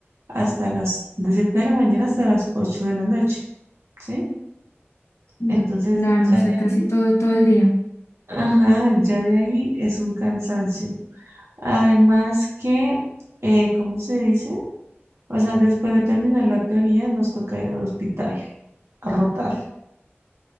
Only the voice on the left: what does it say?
Uf,
Claro,
o sea,
casi
todo, todo el día.